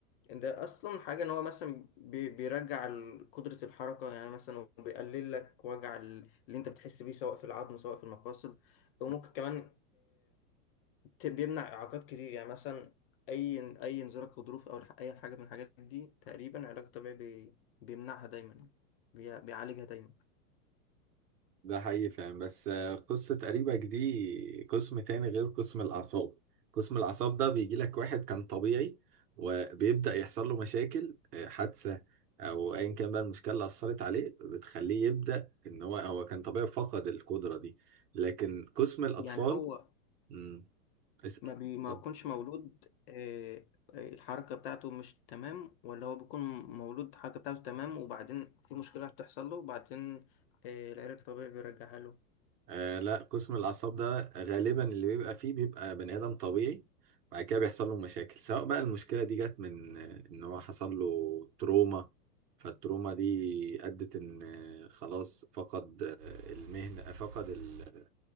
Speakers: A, on the left; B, on the right.
A: إن ده أصلا حاجة إن هو مثلا بي- بيرجع ال- قدرة الحركة يعني مثلا بيقلل لك وجع ال- اللي أنت بتحس بيه سواء في العظم سواء في المفاصل وممكن كمان ت- بيمنع اعاقات كتير يعني مثلا اي اي انزلاق غضروف او الح- اي حاجه من الحاجات دي تقريبا علاج طبيعي بي... بيمنعها دايما بي... بيعالجها دايما
B: ده حقيقي فعلا بس آه، قصة قريبك دي قسم تاني غير قسم الأعصاب قسم الأعصاب ده بيجي لك واحد كان طبيعي وبيبدأ يحصل له مشاكل آه، حادثة أو أيا كان بقى المشكلة اللي أثرت عليه بتخليه يبدأ إن هو هو كان طبيعي فقد القدرة دي لكن قسم الأطفال
A: يعني هو
B: مم، اسأل
A: ما بي... ما
B: اتفضل.
A: بيكونش مولود آه، آه، الحركه بتاعته مش تمام ولا هو بيكون مولود الحركه بتاعته تمام وبعدين في مشكله بتحصل له وبعدين آه، العلاج الطبيعي بيرجعها له
B: آه لا قسم الأعصاب ده غالبا اللي بيبقى فيه بيبقى بني آدم طبيعي بعد كده بيحصل له مشاكل سواء بقى المشكلة دي جت من آه، إن هو حصل له تروما فالتروما دي أدت إن آه، خلاص فقد آه، المهنة آه، فقد ال-